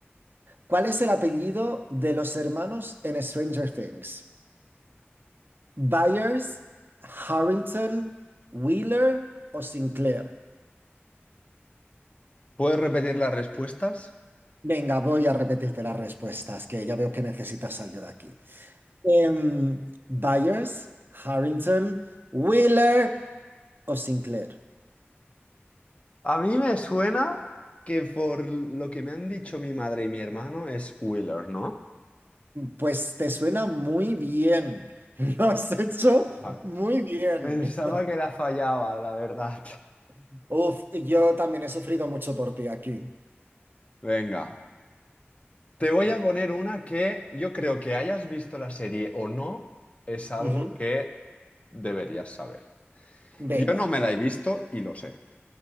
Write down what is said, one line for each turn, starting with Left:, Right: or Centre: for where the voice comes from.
Right: ¿Cuál es el apellido de los hermanos en Stranger Things? Byers, Harrington, Wheeler o Sinclair.
Left: ¿Puedes repetir las respuestas?
Right: Venga, voy a repetirte las respuestas, que ya veo que necesitas ayuda aquí. Em, Byers, Harrington, Wheeler o Sinclair.
Left: A mí me suena que por lo que me han dicho mi madre y mi hermano es Wheeler, ¿no?
Right: Pues te suena muy bien. <laughs> Lo has hecho
Left: Ajá.
Right: muy bien.
Left: Pensaba que la fallaba, la verdad.
Right: <laughs> Uf, yo también he sufrido mucho por ti aquí.
Left: Venga, te voy a poner una que yo creo que hayas visto la serie o no, es algo
Right: Ujú.
Left: que deberías saber.
Right: Venga,
Left: Yo no me la he visto y lo sé.